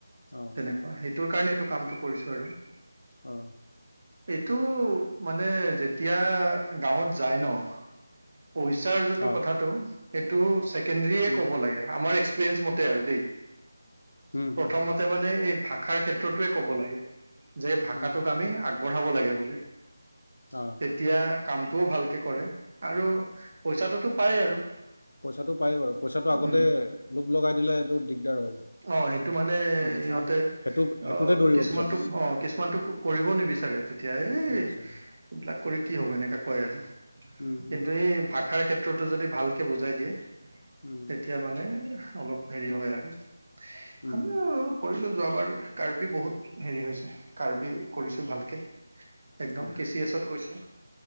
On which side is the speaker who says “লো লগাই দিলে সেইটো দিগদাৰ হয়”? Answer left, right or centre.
Left